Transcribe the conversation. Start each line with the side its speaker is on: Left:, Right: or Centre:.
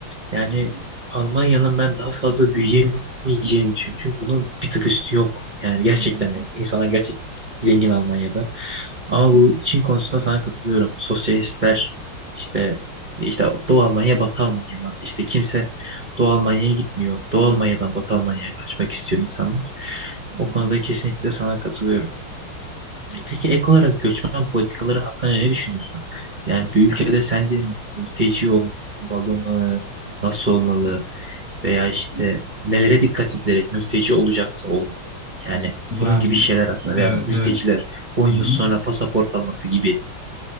Right: Yani Almanya'nın ben daha fazla büyüyemeyeceğini düşünüyorum. Çünkü bunun bir tık üstü yok. Yani gerçekten yok. İnsanlar gerçekten zengin Almanya'da. Ama bu Çin konusunda sana katılıyorum. Sosyalistler işte işte Doğu Almanya, Batı Almanya mantığı. İşte kimse Doğu Almanya'ya gitmiyor. Doğu Almanya'dan Batı Almanya'ya kaçmak istiyor insanlar. O konuda kesinlikle sana katılıyorum. Peki ek olarak göçmen politikaları hakkında ne düşünüyorsun? Yani bir ülkede sence mülteci olmalı mı? Nasıl olmalı? Veya işte nelere dikkat edilerek mülteci olacaksa olmalı? Yani
Left: Yani
Right: bunun gibi şeyler hakkında
Left: evet
Right: veya mülteciler
Left: evet.
Right: 10 yıl
Left: Hı hı.
Right: sonra pasaport alması gibi